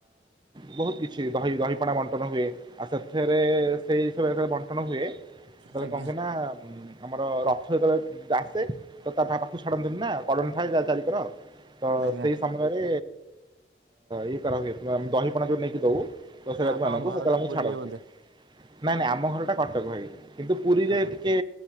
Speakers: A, on the right; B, on the right.
A: ବହୁତ୍ କିଛି ଦହି ଦହିପଣା ବଣ୍ଟନ ହୁଏ ଆଉ ସେଥିରେ ସେଇ ବଣ୍ଟ କଟଣ ହୁଏ ଯେତେବେଳେ
B: ଆଜ୍ଞା
A: କଣହୁଏନା ଆମର ରଥ ଯେତେବେଳେ ଆସେ ତ ତାପାଖକୁ ଛାଡନ୍ତୁିନା କଡ଼ନି ଥାଏ ଚାରିକର ତ
B: ଆଜ୍ଞା
A: ସେଇ ସମୟରେ ଇଏ କରାହୁଏ ଆମେ ଦହିପଣା ଯୋଉ ନେଇକି ଦଉ ଦୋସବା
B: ଏ ଆପଣଙ୍କ
A: ମାନଙ୍କୁ
B: ଘରଟା
A: ସେତେବେଳେ ଆମକୁ
B: ପୁରୀରେ
A: ଛାଡ଼ନ୍ତି
B: ବୋଧେ?
A: ନାଇଁ ନାଇଁ ଆମ ଘରଟା କଟକ ଭାଇ। କିନ୍ତୁ ପୁରୀରେ
B: କଟକ
A: ଟିକେ